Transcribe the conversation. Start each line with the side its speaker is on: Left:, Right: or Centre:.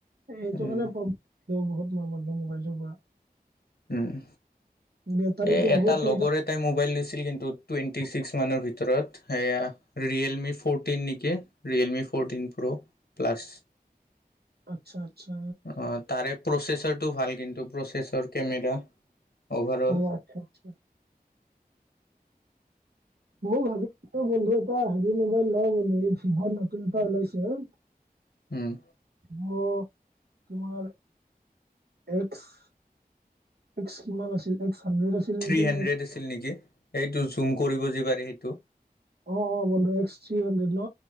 Right: এ সেইটো
Left: উম
Right: কাৰণে প্ৰব্লেম বহুত মোৰ বন্ধু মোবাইলটোৰ পৰা।
Left: উম'।
Right: বেটাৰীটো
Left: এ এটা
Right: বহুত সোনকালে
Left: লগৰে এটাই মোবাইল লৈছিল কিন্তু টুৱেণ্টি ছিক্স মানৰ ভিতৰত। সেয়া ৰিয়েলমি ফ'ৰটিন নেকি, ৰিয়েলমি ফ'ৰটিন প্ৰ'ৰ প্লাছ।
Right: আৎচ্ছা আৎচ্ছা।
Left: অঁ তাৰে প্ৰচেছৰটো ভাল কিন্তু প্ৰচেছৰ কেমেৰা। অভাৰঅল
Right: অঁ আৎচ্ছা আৎচ্ছা। মৌ ভাবিছিলো বন্ধু এটা হেৰি মবাইল ল বুলি ভিভ নতুন এটা ওলাইছে-
Left: উম'।
Right: ভিভ তোমাৰ এক্স- এক্স কিমান আছিল এক্স হান্দ্ৰেড আছিল-
Left: থ্ৰী
Right: নেকি নে
Left: এণ্ড্ৰেড
Right: এক্স
Left: আছিল নেকি এইটো জুম কৰিব যে পাৰি সেইটো।
Right: অঁ অঁ বন্ধু এক্স থ্ৰী হাণ্ডেদ ন?